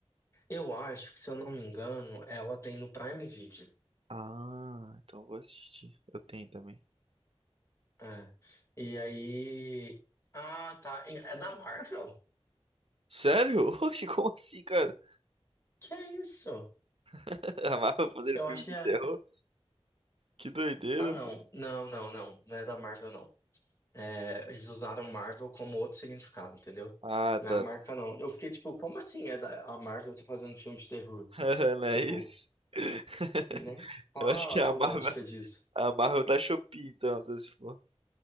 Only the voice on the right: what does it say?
Ah, então vou assistir. Eu tenho também.
Sério? <laughs> Oxe, como assim, cara?
<laughs> A Marvel fazendo
filme
de
terror? Que doideira,
pô.
Ah,
tá,
tá.
<laughs> Não é
isso? <laughs>
Eu
acho que é a
Marvel,
a Marvel da Shopee, então, se for.